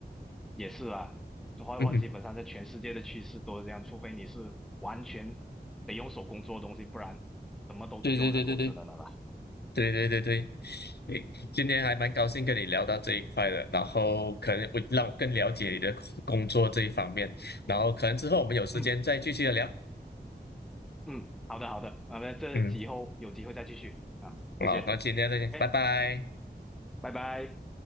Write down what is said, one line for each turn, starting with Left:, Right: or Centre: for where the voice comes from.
Centre: 也是啊，画话基本上在全世界的趋势都是这样，
Left: 嗯哼，
Centre: 除非你是完全得用手工做的东西，不然什么都得用人工智能的啦。
Left: 对对对对对。对对对对。诶，今天还蛮高兴跟你聊到这一块的，然后可能我让我更了解你的工工作这一方面，然后可能之后我们有时间再继续的聊。
Centre: 嗯嗯，好的好的，啊，那这以后有机会再继续啊，
Left: 嗯，好，
Centre: 谢谢，
Left: 那今天再见，
Centre: 哎，
Left: 拜拜。
Centre: 拜拜。